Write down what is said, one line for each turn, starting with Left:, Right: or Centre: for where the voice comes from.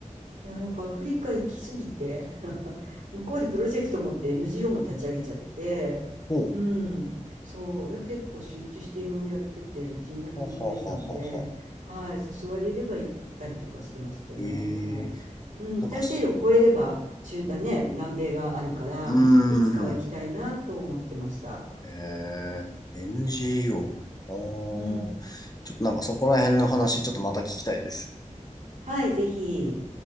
Right: いや、なんかアフリカ行きすぎて <laughs> 向こうでプロジェクト持って NGO も立ち上げちゃって、
Left: ほう。
Right: うん。そう。結構集中していろいろやってて人脈も増えたので、
Left: あはははは。
Right: はい。誘われれば行ったりとかしてましたね。
Left: え
Right: でも、
Left: えー
Right: うん。
Left: なんかす、
Right: 大西洋を越えれば中、だね、南米があるから、
Left: うーん。
Right: いつかは行きたいなと思ってました。
Left: ええ NGO。ああ。
Right: うん。
Left: ちょっとなんかそこら辺の話、ちょっとまた聞きたいです。
Right: はい、ぜひ。